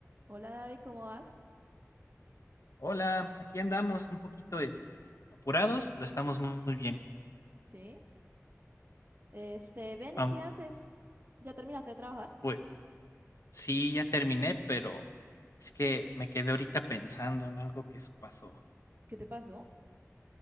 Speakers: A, on the right; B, on the left.
A: Hola David, ¿cómo vas?
B: Hola, aquí andamos un poquito, este, apurados, pero estamos muy bien.
A: Sí. Este, ven
B: Am,
A: y qué haces. ¿Ya terminaste de trabajar?
B: pues sí, ya terminé, pero es que me quedé ahorita pensando en algo que s- pasó.
A: ¿Qué te pasó?